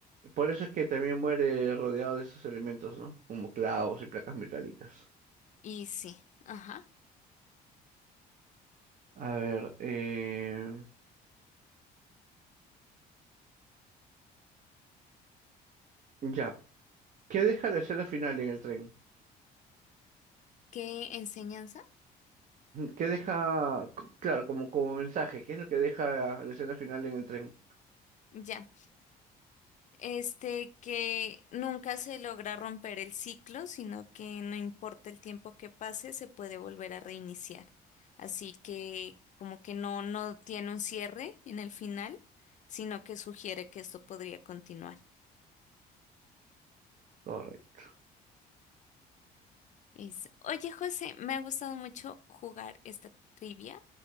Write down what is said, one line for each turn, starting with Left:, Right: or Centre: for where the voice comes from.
Right: Por eso es que también muere rodeado de esos elementos, ¿no? Como clavos y placas metálicas.
Left: Y sí, ajá.
Right: A ver, eh... ya. ¿Qué deja de ser al final en el tren?
Left: ¿Qué enseñanza?
Right: ¿Qué deja, c- claro, como, como mensaje, qué es lo que deja la escena final en el tren?
Left: Ya. Este, que nunca se logra romper el ciclo, sino que no importa el tiempo que pase, se puede volver a reiniciar. Así que como que no, no tiene un cierre en el final, sino que sugiere que esto podría continuar.
Right: Correcto.
Left: Es, oye, José, me ha gustado mucho jugar esta trivia,